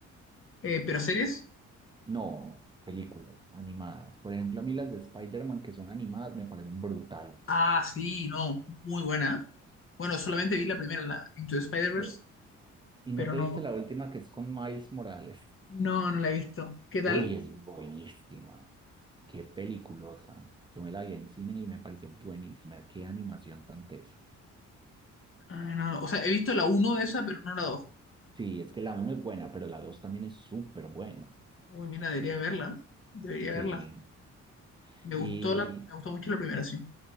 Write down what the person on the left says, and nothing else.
Eh, ¿pero series?
Ah, sí, no. Muy buena. Bueno, solamente vi la primera, la Into the Spider-Verse,
pero
no,
no, no la he visto. ¿Qué tal?
Ah, no, no. O sea, he visto la uno de esa, pero no la dos
Uy, mira, debería verla. Debería
verla. Me gustó
la, me gustó mucho la primera, sí.